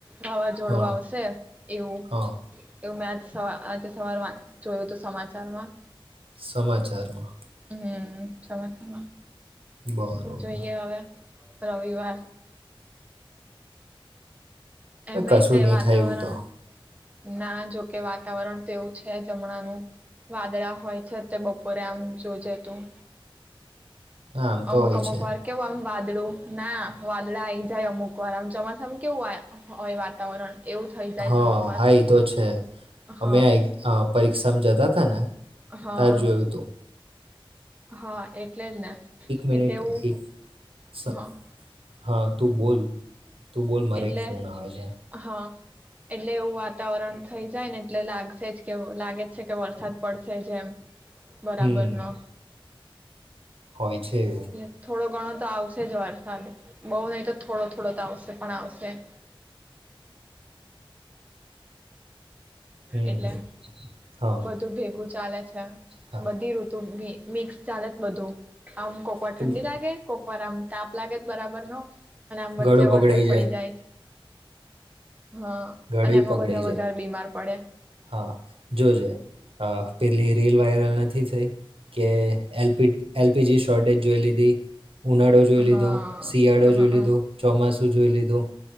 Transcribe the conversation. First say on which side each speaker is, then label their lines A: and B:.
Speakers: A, on the right (about 15°); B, on the right (about 80°).
A: વાવાઝોડું
B: હા
A: આવશે એવું
B: હા
A: એવું મેચ સવા આજે સવાર જોયું હતું સમાચારમાં
B: સમાચારમાં
A: હમ્મ. સમાચારમાં
B: બરોબર
A: તો જોઈએ હવે રવિવાર
B: હવે
A: એમય
B: કશું
A: તે
B: નહીં
A: વાતાવરણ
B: થાય એવું તો
A: ના જોકે વાતાવરણ તેવું છે અમણાનું, વાદળા હોય છે તે બપોરે આમ જોજે તું
B: હા આમ તો
A: અમુક
B: હોય
A: અમુક
B: છે
A: વાર કેવું આમ વાદ દળું ના વાદળા આઈ જાય અમુક વાર, આમ ચોમાસામાં કેવું હોય હોય વાતાવરણ
B: હા,
A: અમુક વાર
B: હા, એતો છે.
A: હા
B: અમે પરીક્ષામાં જતા હતા ને
A: હા
B: તારે જોયુંતું
A: હા, એટલેજ ને
B: મિનિટ
A: એવું
B: એક સ-
A: હા
B: હા, તું બોલ તું બોલ મારે
A: એટલે
B: એક ફોન આવે છે.
A: હા એટલે એવું વાતાવરણ થઈ જાય ને એટલે લાગશે જ કે લાગે છે કે વરસાદ પડશેજ એમ બરાબર
B: હમ
A: ન
B: હોય છે એવું
A: એટલે થોડો ઘણો તો આવશેજ વારસાદ. બઉ નહી તો થોડો થોડો તો આવશે પણ આવશે અ
B: હમ
A: <inaudible> એટલે
B: હમ હા
A: બધું ભેગું ચાલે છે
B: હા
A: બધી ઋતુી મિક્સ ચાલત બધું આમ કોકવાર
B: પેલું
A: ઠંડી લાગે કોકવાર આમ તાપ લાગે જ બરાબર નો અને આમ વચ્ચે
B: ગળું પકડાઈ
A: વરસાદ પડી જાય છે. હા
B: ગડી
A: અને એમાં
B: પકડાઈ
A: બધા
B: જાય
A: વધારે બીમાર પડે
B: હા જોજે હા પેલી રીલ વાયરલ નથી થત કે એલ પ એલપીજી શોર્ટેજ જોઈ લીધી ઉનાળો જોઈ, લીધો
A: હા
B: શિયાળો,
A: હ
B: જોઈ લીધો, ચોમાસું જોઈ લીધું